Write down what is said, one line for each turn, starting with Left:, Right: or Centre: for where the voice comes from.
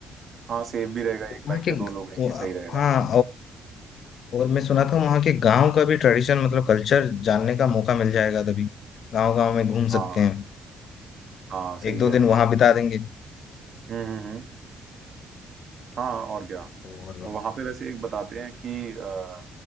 Right: हाँ सेफ भी रहेगा एक
Left: वहाँ
Right: बाइक पे
Left: के
Right: दो लोग रहेंगे
Left: वो-
Right: सही रहेगा
Left: हाँ और मैं सुना था वहाँ के गांव का भी ट्रेडिशन मतलब कल्चर जानने का मौका मिल जाएगा तभी गांव गांव में घूम
Right: हाँ
Left: सकते हैं
Right: हाँ सही
Left: एक दो
Right: कह रहे
Left: दिन
Right: हो
Left: वहां बिता देंगे
Right: हम्म हम्म हम्म। हाँ और क्या
Left: और
Right: वहां पे वैसे एक बताते हैं कि अ,